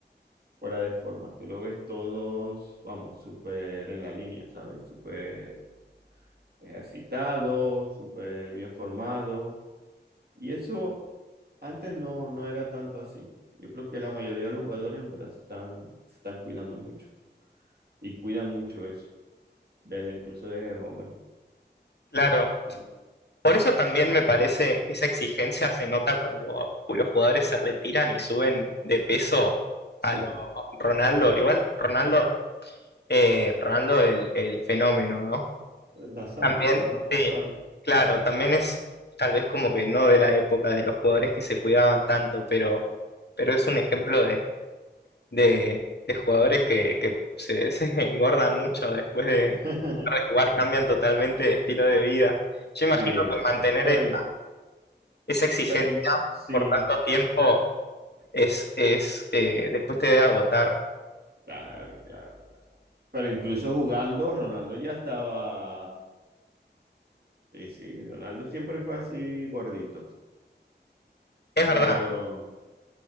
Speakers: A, on the right; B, on the left.
A: fuera de forma. Tú lo ves todos, vamos, súper en la línea, ¿sabes? Súper ejercitado, súper bien formado. Y eso Antes no, no era tanto así. Yo creo que la mayoría de los jugadores en verdad se están, se están cuidando mucho y cuidan mucho eso, desde, incluso desde jóvenes.
B: claro.
A: Bueno,
B: Por eso también me parece, esa exigencia se nota cuando los jugadores se retiran y suben de peso
A: Sí,
B: a lo Ronaldo. Igual Ronaldo, eh, Ronaldo el, el fenómeno, ¿no?
A: Nazario,
B: También,
A: Ronaldo Nazario.
B: sí, claro, también es tal vez como que no de la época de los jugadores que se cuidaban tanto, pero, pero es un ejemplo de, de, de jugadores que, que se, <laughs> se engordan mucho después de, de
A: <laughs>
B: jugar, cambian totalmente de estilo de vida. Yo
A: Sí,
B: imagino que mantener
A: sí. pero,
B: esa,
A: in-
B: esa exigencia
A: pero in- sí,
B: por tanto tiempo
A: bueno,
B: es, es eh, después te debe agotar.
A: claro, claro, claro. Pero incluso jugando, Ronaldo ya estaba, sí, sí, Ronaldo siempre fue así gordito,
B: Es verdad,
A: pero